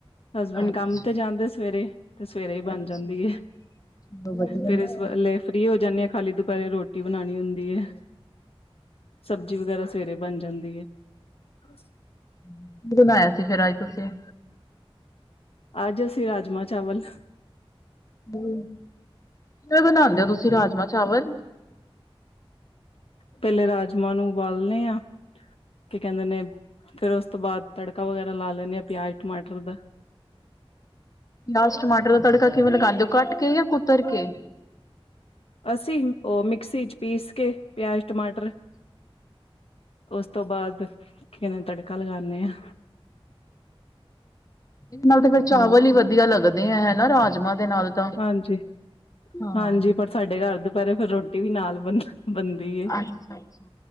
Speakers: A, on the left; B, on the left.
A: ਹਸਬੈਂਡ
B: ਅੱਛਾ
A: ਕੰਮ ਤੇ ਜਾਂਦੇ ਸਵੇਰੇ ਤੇ ਸਵੇਰੇ ਹੀ ਬਣ
B: ਅੱਛਾ
A: ਜਾਂਦੀ ਏ
B: ਚਲੋ ਵਧੀਆ
A: ਫੇਰ ਇਸ
B: ਕੀ
A: ਵੈਲੈ ਫ੍ਰਿਰੀ ਹੋ ਜਾਂਦੇ ਹਾਂ ਖਾਲੀ ਦੁਪਹਿਰੇ ਰੋਟੀ ਬਣਾਣੀ ਹੁੰਦੀ ਏ ਸਬਜ਼ੀ ਵਗੈਰਾ ਸਵੇਰੇ ਬਣ ਜਾਂਦੀ ਏ ਅ <inaudible>
B: ਕਿ <unintelligible> ਬਣਾਇਆ ਸੀ ਫਿਰ ਅਜ ਤੁਸੀਂ
A: ਅੱਜ ਅਸੀਂ ਰਾਜਮਾਂ ਚਾਵਲ
B: ਵੇਂ ਬਣਾਂਦੇ
A: ਹਾਂਜੀ
B: ਓ ਤੁਸੀਂ ਰਾਜਮ ਚਾਵਲ
A: ਪਹਿਲੇ ਰਾਜਮਾਂ ਨੂੰ ਉਬਾਲਨੇ ਆ ਕੀ ਕਹਿੰਦੇ ਨੇ ਫੇਰ ਉਸ ਤੋਂ ਬਾਅਦ ਤੜਕਾ ਵਗੈਰਾ ਲਾ ਲੈਨੇ ਆਂ ਪਿਆਜ ਟਮਾਟਰ ਦਾ
B: ਲਾਸ ਟਮਾਟਰ ਦਾ ਤੜਕਾ ਕਿਵੇਂ ਲਗਾਉਂਦੇ ਓ ਕੱਟ ਕੇ ਯਾ ਕੁਤਰ ਕੇ
A: ਅਸੀਂ, ਉਹ ਮਿਕਸੀ ਚ ਪੀਸ ਕੇ, ਪਿਆਜ, ਟਮਾਟਰ ਉਸ ਤੋਂ ਬਾਅਦ, ਕਿਵੇਂ ਤੜਕਾ ਲਗਾਨੇ ਹਾਂ।
B: ਇਸ ਨਾਲ ਤੇ ਫਿਰ ਚਾਵਲ
A: ਹਾਂਜੀ
B: ਹੀ ਵੱਧੀਆ ਲੱਗਦੇ ਆ, ਹੈਨਾ। ਰਾਜ ਰਾਜਮਾਂ ਦੇ ਨਾਲ ਤਾਂ,
A: ਹਾਂਜੀ
B: ਹਾਂ।
A: ਹਾਂਜੀ ਪਰ ਸਾਡੇ ਘਰ ਦੁਪਹਿਰੇ, ਫੇਰ ਰੋਟੀ ਵੀ ਨਾਲ ਬਣ ਬਣਦੀ
B: ਅੱਛਾ-
A: ਏ
B: ਅੱਛਾ,